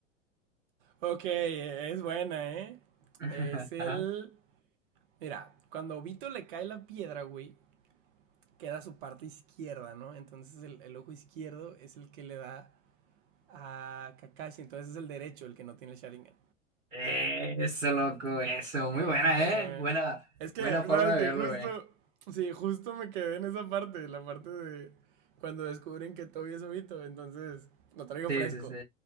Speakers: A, on the right; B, on the right.
A: Ok, es buena, ¿eh?
B: <laughs>
A: Es el...
B: Ajá.
A: Mira, cuando a Obito le cae la piedra, güey, queda su parte izquierda, ¿no? Entonces el, el ojo izquierdo es el que le da Ah, Kakashi, entonces es el derecho el que no tiene el Sharingan.
B: Eso, loco, eso. Muy
A: Eh,
B: buena,
A: hombre.
B: ¿eh? Buena,
A: Es que,
B: buena forma
A: ¿sabes
B: de
A: que
B: verlo,
A: Justo, sí, justo me quedé en esa parte, la parte de cuando descubren que Toby es Obito, entonces lo traigo
B: Sí,
A: fresco.
B: sí, sí.